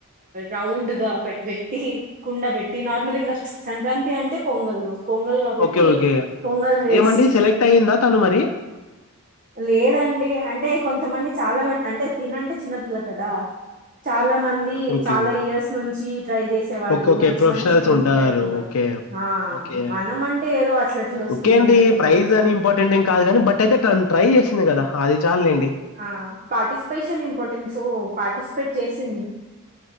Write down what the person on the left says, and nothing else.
ఓకే ఓకే
ఏమండి సెలెక్ట్ అయ్యిందా తను మరి
ఓకే
ఓకే ఓకే
ప్రొఫెషనల్స్
ఉంటారు
ఓకే
ఓకే
ఓకే అండి
ప్రైజ్
అని ఇంపార్టెంట్
ఏం కాదు కానీ బట్ అయితే ట తను ట్రై చేసింది కదా అది చాలులేండి